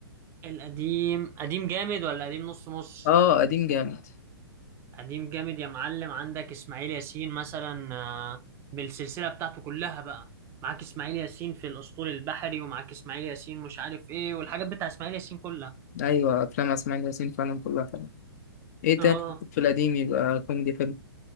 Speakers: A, on the right; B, on the left.
A: القديم قديم جامد ولا قديم نص نص
B: اه قديم جامد
A: قديم جامد يا معلم عندك اسماعيل ياسين مثلا آه، بالسلسله بتاعته كلها بقى معاك اسماعيل ياسين في الاسطول البحري ومعاك اسماعيل ياسين مش عارف ايه والحاجات بتاع اسماعيل ياسين كلها
B: ايوه افلام اسماعيل ياسين فعلا كلها حلوه ايه
A: اه
B: تاني
A: آه.
B: في القديم يبقى كوميدي حلو